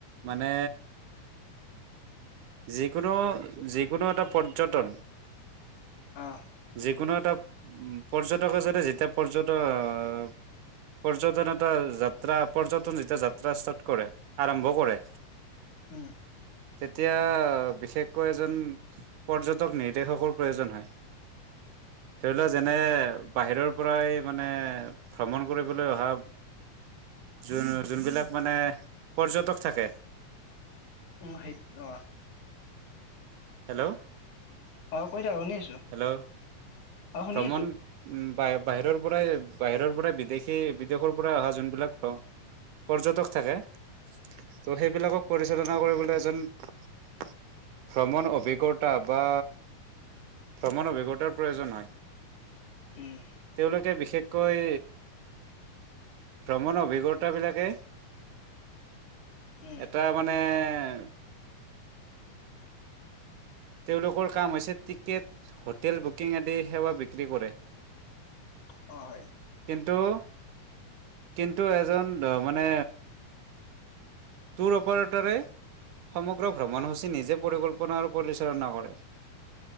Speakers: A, on the right; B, on the left.
A: মানে? যিকোনো যিকোনো এটা পৰ্যটন
B: অ
A: যিকোনো এটা উ পৰ্যটকে যেনে যেতিয়া পৰ্যটন পৰ্যটন এটা যাত্ৰা পৰ্যটন যেতিয়া যাত্ৰা ষ্টাৰ্ট কৰে আৰম্ভ কৰে
B: উম
A: তিয় অ বিশেষকৈ এজন পৰ্যটক নিৰ্দেশকৰ প্ৰয়োজন হয়, ধৰি লও যেনে বাহিৰৰ পৰাই মানে ভ্ৰমণ কৰিবলৈ অহা যোন যোনবিলাক মানে পৰ্যটক থাকে
B: উ সিত অ
A: হেল্ল'
B: অ, কৈ? শুনি
A: হেল্ল'
B: আছো অ শুনি
A: ভ্ৰমণ উ বাহিৰৰ পৰাই বাহিৰৰ পৰা বিদেশী বিদেশৰ পৰা অহা যোনবিলাক পৰ্যটক থাকে ত' সেইবিলাকক পৰিচালনা কৰিব। এজন ভ্ৰমণ অভিজ্ঞতা বা ভ্ৰমণ অভিজ্ঞতাৰ প্ৰয়োজন হয়।
B: উম
A: তেওঁলোকে বিশেষকৈ? ভ্ৰমণৰ অভিজ্ঞতাবিলাকে
B: উম
A: এটা মানে উম তেওঁলোকৰ কাম হৈছে টিকেট হোটেল বুকিং আদি সেৱা বিক্ৰী কৰে।
B: অ, হয়।
A: কিন্তু, এজন মানে টোৰ অপাৰেটৰে সমগ্ৰ ভ্ৰমণসূচী নিজে পৰিকল্পনা আৰু <unintelligible> কৰে।